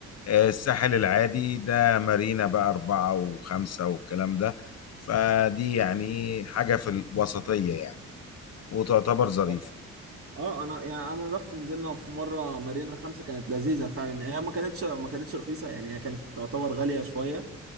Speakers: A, on the left (about 55°); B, on the right (about 45°).
A: آه، الساحل العادي ده مارينا بقى أربعة وخمسة والكلام ده فدي يعني إيه، حاجة في الوسطية يعني وتعتبر ظريفة
B: اه آه، انا يعني انا رحت نزلنا في مره مارينا خمسة كانت لذيذه فعلا هي ما كانتش ما كانتش رخيصه يعني هي كانت تعتبر غاليه شويه